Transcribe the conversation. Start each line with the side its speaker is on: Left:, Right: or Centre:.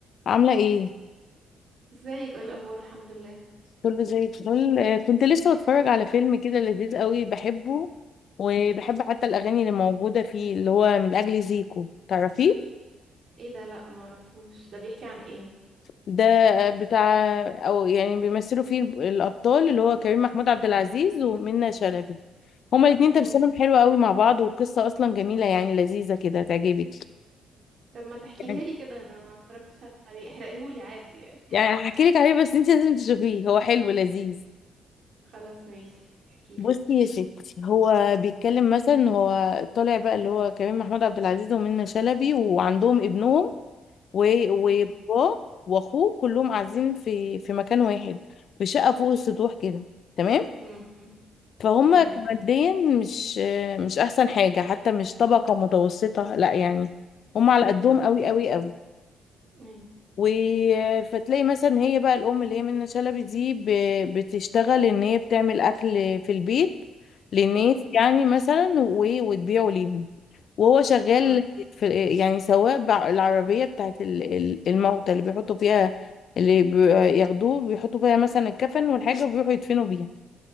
Left: عاملة ايه؟
Right: ازيك ايه الاخبار الحمد لله
Left: كله زي الفل آه، كنت لسه بتفرج على فيلم كده لذيذ قوي بحبه وبحب
Right: مم.
Left: حتى الأغاني اللي موجودة فيه اللي هو من أجل زيكو تعرفيه؟
Right: ايه ده لا ما اعرفوش ده بيحكي عن ايه
Left: ده آه، بتاع أو يعني بيمثلوا فيه الب- الأبطال اللي هو كريم محمود عبد العزيز ومنة شلبي هما الاتنين تمثيلهم
Right: مم.
Left: حلو قوي مع بعض والقصة أصلا جميلة يعني لذيذة كده تعجبك
Right: طب ما تحكيلي
Left: يعني
Right: لي كده انا ما اتفرجتش عليه احرقيهولي عادي يعني
Left: يعني هحكي لك عليه بس انت لازم تشوفيه هو حلو لذيذ
Right: خلاص ماشي احكيلي
Left: بصي يا ستي هو بيتكلم مثلا هو طالع بقى اللي هو كريم محمود عبد العزيز ومنى شلبي وعندهم ابنهم و- وباباه
Right: مم.
Left: واخوه كلهم قاعدين في في مكان واحد في شقه فوق السطوح كده تمام
Right: مم.
Left: فهم
Right: تمام
Left: كماديا مش مش احسن حاجه حتى مش طبقه متوسطه لا يعني هم على قدهم قوي قوي قوي
Right: اي
Left: و فتلاقي مثلا هي بقى الام اللي هي منة شلبي دي ب... بتشتغل ان هي بتعمل اكل في البيت للناس
Right: مم.
Left: يعني مثلا و... وتبيعه ليهم وهو شغال
Right: اه
Left: في يعني سواق بع- العربية بتاعت ال- ال- الموتى اللي بيحطوا فيها اللي بياخدوه بيحطوا فيها مثلا الكفن والحاجة وبيروحوا يدفنوا بيها